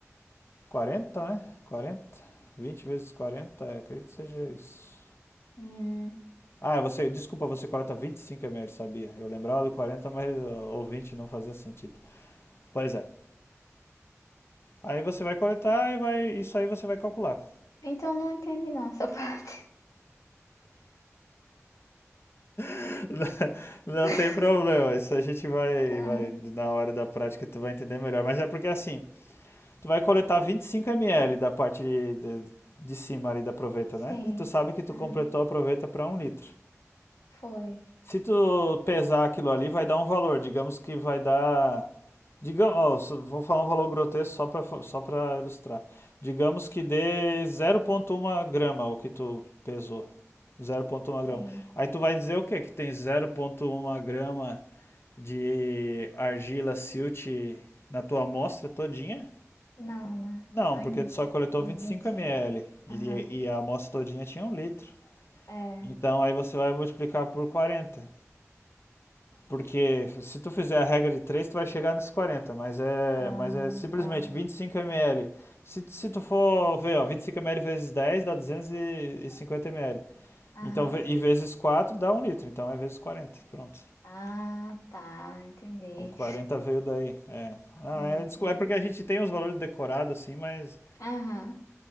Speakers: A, on the left; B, on the left.
A: 40, né? 40, 20 vezes 40, é, acredito que seja isso.
B: Hum,
A: Ah, é você, desculpa, você corta 25 ml, sabia? Eu lembrava do 40, mas ó, o 20 não fazia sentido. Pois é. Aí você vai coletar e vai, isso aí você vai calcular.
B: então não entendi não essa parte.
A: <laughs> Não
B: <laughs>
A: tem problema, isso a gente vai,
B: Ah,
A: vai na hora da prática tu vai entender melhor. Mas é porque assim, tu vai coletar 25 ml da parte de, de, de cima ali da proveta,
B: sim.
A: né? E tu sabe que tu
B: Aham.
A: completou a proveta para um litro.
B: Foi.
A: Se tu pesar aquilo ali, vai dar um valor. Digamos que vai dar. Digamos, ó, só- vou falar um valor grotesco só para só para ilustrar. Digamos que dê 0,1 grama o que tu pesou. 0,1 grama.
B: Sim.
A: Aí tu vai dizer o quê? Que tem 0,1 grama de argila silt na tua amostra todinha?
B: Não, né?
A: Não,
B: Só
A: porque
B: em,
A: tu só coletou
B: em
A: vinte e
B: vinte
A: cinco
B: e
A: ml
B: cinco.
A: e,
B: Aham.
A: e a amostra todinha tinha um litro.
B: É.
A: Então aí você vai multiplicar por 40. Porque se tu fizer a regra de 3 tu vai chegar nesse quarenta mas é,
B: Ah,
A: mas é simplesmente
B: tá.
A: 25 ml. Se, se tu for ver, ó, 25 ml vezes 10 dá 250 ml.
B: Aham.
A: Então, e vezes 4 dá um litro, então é vezes 40 pronto.
B: Ah, tá. Entendi.
A: O 40 veio daí, é. Não,
B: Hum,
A: é,
B: entendi.
A: é porque a gente tem os valores decorados assim, mas
B: Aham.